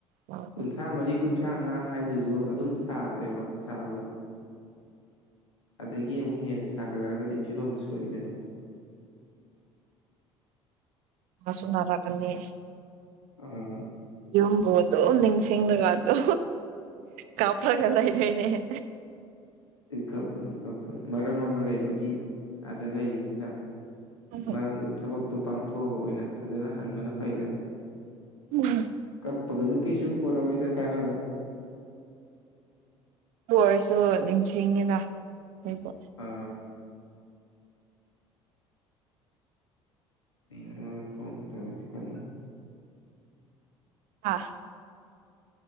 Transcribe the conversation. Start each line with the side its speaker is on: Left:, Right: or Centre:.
Right: ꯃꯥꯗꯣ
Left: ꯀꯨꯟꯊ꯭ꯔꯥ ꯃꯔꯤ ꯀꯨꯟꯊ꯭ꯔꯥꯉꯥ ꯍꯥꯏꯗꯨꯁꯨ ꯑꯗꯨꯝ ꯁꯥꯔꯦꯕ ꯁꯥꯕꯨꯗꯤ ꯑꯗꯒꯤ ꯑꯃꯨꯛ ꯍꯦꯟꯅ ꯁꯥꯒꯠꯂꯛꯑꯒꯗꯤ ꯐꯤꯕꯝ ꯁꯣꯛꯏꯗꯅꯣ
Right: ꯑ ꯁꯨꯅꯔꯥꯀꯅꯤ
Left: ꯎꯝ
Right: ꯌꯡꯕꯣꯗꯨꯣ ꯅꯤꯡꯤꯡꯁꯤꯤꯡꯒꯕꯥꯗꯨꯣ ꯀꯥꯄ꯭ꯔꯒꯂ ꯏꯗꯦꯅꯦ ꯦ
Left: ꯀꯞꯄꯅꯨ ꯀꯞꯄꯅꯨ ꯃꯔꯝ ꯑꯃ ꯂꯩꯕꯒꯤ ꯑꯥꯗ ꯂꯩꯔꯤꯅꯤꯅ
Right: ꯑꯗꯨ
Left: ꯃꯔꯝꯗꯨ ꯊꯕꯛꯇꯨ ꯄꯥꯡꯊꯣꯛꯑꯒ ꯑꯣꯏꯅ ꯐꯖꯅ ꯍꯟꯕꯅ ꯐꯩꯗ
Right: ꯎꯝ
Left: ꯍꯥꯞꯄꯒꯁꯨ ꯀꯩꯁꯨꯄꯅ ꯍꯣꯏꯗ ꯀꯥꯟꯅꯕ
Right: ꯑꯣꯏꯔꯁꯨ ꯅꯤꯡꯁꯤꯡꯉꯤꯅ ꯑꯗꯨꯕꯨ
Left: ꯑ ꯀ ꯐꯣꯟ ꯇ ꯀ
Right: ꯑ